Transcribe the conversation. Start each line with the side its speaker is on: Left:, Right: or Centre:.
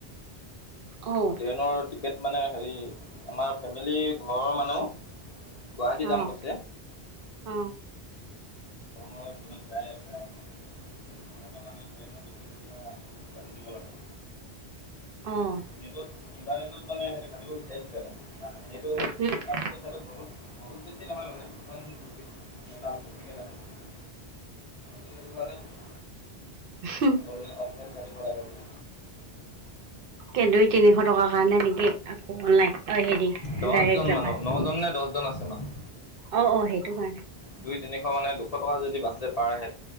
Right: অ',
Left: ট্ৰেইনৰ টিকেট মানে হেৰি আমাৰ ফেমিলীৰ ঘৰৰ মানুহ গুৱাহাটী
Right: অ',
Left: যাম কৈছে।
Right: অ',
Left: অ ট্ৰেইনত যায় প্ৰায় মানে। ঘৰৰ পৰা মানুহে ট্ৰেইনত উঠি নোপোৱা, কাটি দিব‌ লাগে।
Right: অ',
Left: নেটত ইণ্টাৰনেটত মানে সেইটো কাটিব বিচাৰিছিলে মানে সেইটো
Right: হুহ।
Left: তাত পইছাটো বহুত বহুত বেছি নহয় মানে, ইমান বেছি এটা বেছিকে দেখাইছে মানে। সেইটো কাৰণে মো
Right: উম,
Left: অনলাইন অফলাইন কাটিব লাগে বোলে।
Right: কেন্দই তিনিশ টকাৰ কাৰণে নেকি আকৌ অনলাইন, অ হেৰি,
Left: দহজন
Right: ডাইৰেক্ট যাবা?
Left: মানুহ নজন নে দহজন আছে মানুহ।
Right: অ অ সেইটো কাৰণে।
Left: দুই তিনিশ মানে দুশ টকা যদি বাচে পাৰ আহে,